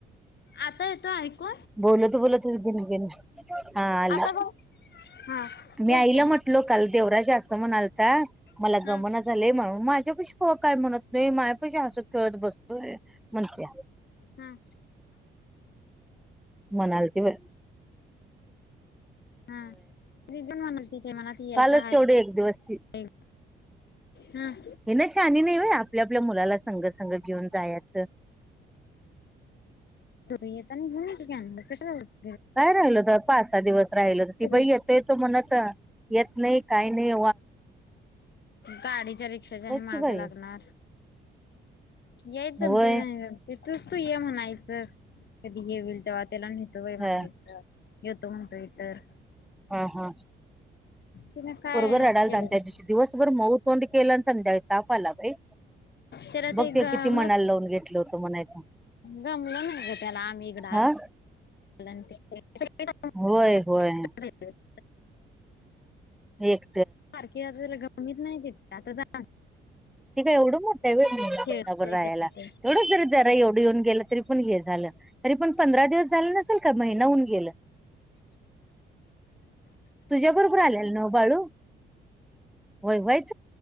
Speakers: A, on the left (about 60°); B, in the centre.
A: आता येतो ऐकू
B: बोलत बोलतचेन गेन हा आला
A: आता बघ हा बोलते
B: मी आईला म्हटलो काल देवराज असत म्हणा आलता मला
A: हा
B: गमना झालेय म्हणून मा माझ्या पशी ख काय म्हणत नाही माझ पशी असं खेळत बस म्हण क
A: हा
B: मणालती व
A: हा ती पण म्हणल तिथे मला त यायचं
B: कालच
A: आहे
B: तेवढे एक दिवस ती
A: हम्
B: हे ना शहानी नाही भाय आपल्या आपल्या मुलाला संगसंग घेऊन जायचं
A: येता घेनयची कीला कशालाज
B: काय राहिल तर पाच सहा दिवस हिल
A: सगळी
B: ती बाई येत येतो म्हणत येत नाही काही नाही
A: गाडी ्या रिक्षाच्या आणि
B: बघ की
A: माग
B: बाई
A: लागणार याेत जमते
B: होय
A: जमते तूच तू ये म्हणायचं कधी घेईल ते्हा ला नहितो म्हणायचं
B: ह
A: तुम द तरर
B: ह हा
A: तिने काय
B: परघर रडाल
A: अस केलं
B: त्याच्याशी दिवसभर मऊ तोंड केलं आणि संध्याकाळी ताप आला रे
A: त्याला
B: बघ ते
A: गमत
B: किती मनाला लावून घेतलं होत <unintelligible> आहेत.
A: गमलं नाही गं त्याला आम्ही इकड आत
B: हा
A: <unintelligible>
B: होय होय एक
A: बारकी अजून गमवीत नाही <unintelligible> त्यात <unintelligible>
B: ते काय एवढं मोठ आहे होय महिनाभर
A: खेळतय
B: राहायला.
A: करतय
B: तेवढंच जरी जरा एवढं येऊन गेलं तरी पण हे झालं. तरी पण पंधरा दिवस झालं नसल का महिनाहून गेलं? तुझ्या बरोबर आल्याल नव बाळू? होय होयच